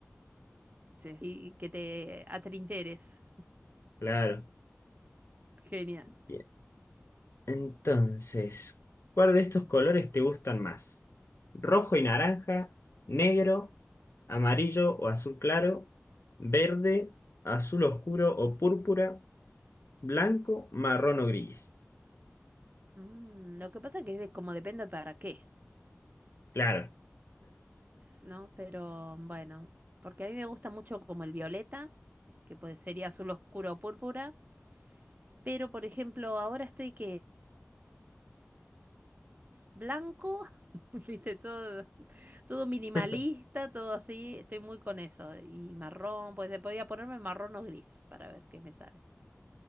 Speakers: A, on the right; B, on the left.
A: sí. Y que te atrincheres.
B: Claro.
A: Genial.
B: Bien. Entonces, ¿cuál de estos colores te gustan más? ¿Rojo y naranja? ¿Negro? ¿Amarillo o azul claro? ¿Verde? ¿Azul oscuro o púrpura? ¿Blanco? ¿Marrón o gris?
A: Mm, lo que pasa que es de, como depende para qué,
B: Claro.
A: ¿no? Pero bueno, porque a mí me gusta mucho como el violeta, que puede sería azul oscuro o púrpura, pero por ejemplo ahora estoy que es blanco, <laughs> viste, todo, todo minimalista,
B: <laughs>
A: todo así, estoy muy con eso. Y marrón, pues se podía ponerme marrón o gris para ver qué me sale.